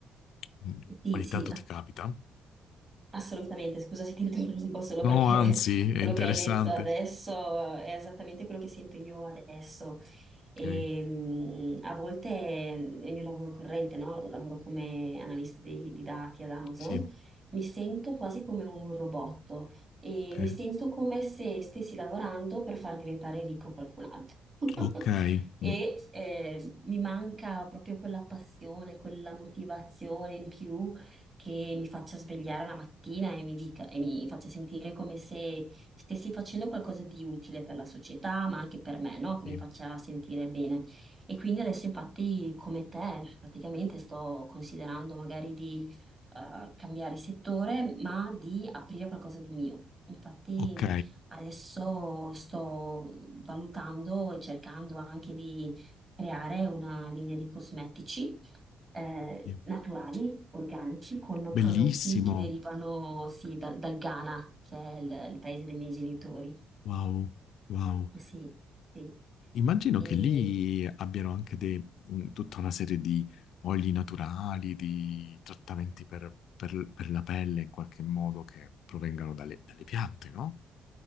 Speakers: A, on the left; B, on the right.
A: mm,
B: Sì,
A: ogni
B: sì,
A: tanto ti capita.
B: Assolutamente, scusa se ti interrompo solo
A: No,
B: perché
A: anzi,
B: <laughs>
A: è
B: quello
A: interessante.
B: che hai detto adesso è esattamente quello che sento io adesso. E,
A: Ok,
B: mm, a volte nel mio lavoro corrente, no? Lavoro come analista dei- di dati ad Amazon,
A: sì,
B: mi sento quasi come un robot e
A: ok,
B: mi sento come se stessi lavorando per far diventare ricco qualcun altro. <laughs>
A: ok,
B: E
A: mm,
B: eh, mi manca proprio quella passione, quella motivazione in più che mi faccia svegliare la mattina e mi dica, e mi faccia sentire come se stessi facendo qualcosa di utile per la società, ma anche per me, no? Che
A: sì,
B: mi faccia sentire bene. E quindi adesso, infatti, come te, praticamente sto considerando magari di eh, cambiare settore, ma di aprire qualcosa di mio. Infatti,
A: ok,
B: adesso sto valutando e cercando anche di creare una linea di cosmetici eh,
A: sì.
B: naturali, organici, con
A: Bellissimo.
B: prodotti che derivano sì, dal dal Ghana, che è il, il paese dei miei genitori.
A: Wow, wow.
B: Eh Sì, sì.
A: Immagino
B: E,
A: che lì abbiano anche de- un- tutta una serie di oli naturali, di trattamenti per, per- per la pelle in qualche modo che provengano dalle, dalle piante, no?